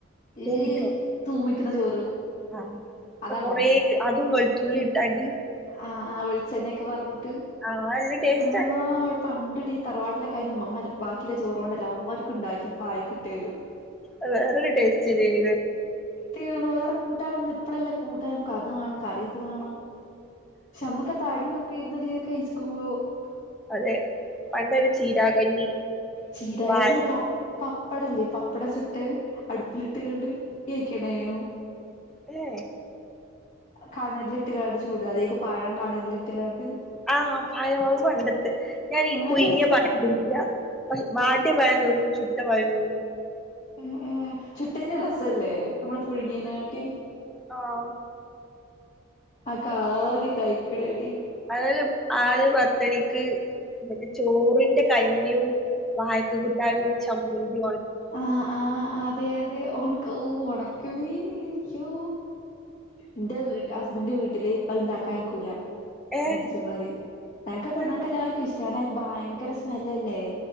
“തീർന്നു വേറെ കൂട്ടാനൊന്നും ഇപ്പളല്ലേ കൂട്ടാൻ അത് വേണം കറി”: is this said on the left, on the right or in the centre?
Left